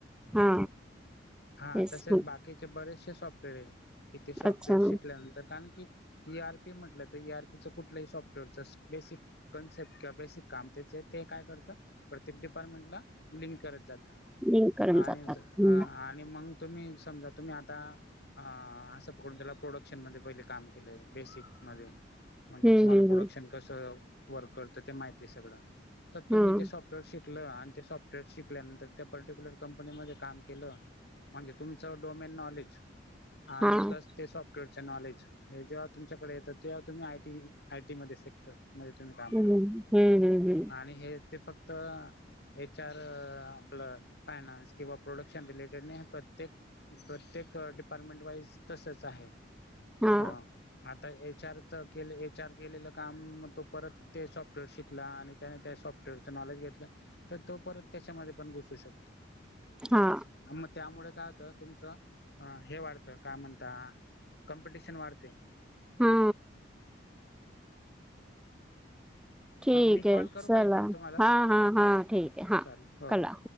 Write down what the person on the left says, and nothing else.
हा
तसेच
बाकीचे बरेचसे सॉफ्टवेअर आहे. तिथे सॉफ्टवेअर
शिकल्यानंतर कारण की इ-आर-पी म्हटलं. इ-आर-पी च कुठलंही सॉफ्टवेअरच बेसिक कन्सेप्ट किंवा बेसिक काम त्याचे ते काय करतं प्रत्येक डिपार्टमेंट ला लिंक करत जातं.
आणि-आणि
मग तुम्ही समजा तुम्ही आता अ असं कुठल्या प्रोडक्शन मध्ये पहिले काम केलं, बेसिक मध्ये. म्हणजे
तुम्हाला
प्रोडक्शन कसं वर्क करतं ते माहितीय आहे सगळं, तर तुम्ही
ते स सअर शिकलं आणि ते सॉफ्टवेअर शिकल्यानंतर त्या पर्टिक्युलर कंपनीमध्ये काम केलं. म्हणजे तुमचं डोमेन नॉलेज आणि
प्लस ते सॉफ्टवेअर नॉलेज हे जेव्हा तुमच्याकडे येतं तेव्हा तुम्ही आय-टी, आय-टी मध्ये सेक्टर, मध्ये तुम्ही काम
करता
आणि हे ते फक्त त एच-आर अ आपलं फायनान्स, किंवा प्रोडक्शन रिलेटेड प्रत्येक प्रत्येक डिपार्टमेंट वाईज तसच आहे.
ह एच-आर. के एच-आर केलेलं काम मग तो परत ते सॉफ्टवेअर शिकला, आणि त्याने त्या सॉफ्टवेअरच नॉलेज घेतलं. तर तो परत त्याच्यामध्ये पण घुसू शकतो.
मग त्यामुळे काय होतं, तुमचं अ हे वाढतं, काय म्हणता कॉम्पिटिशन वाढते.
मी
कॉल करू
का इकडून तुम्हाला
चालेल हो
हो